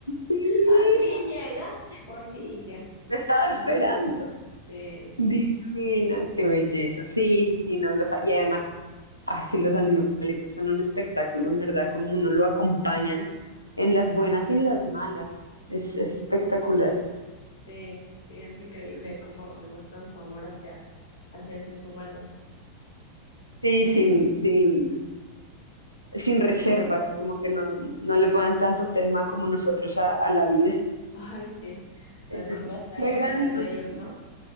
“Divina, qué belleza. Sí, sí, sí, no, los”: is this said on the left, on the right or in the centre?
Left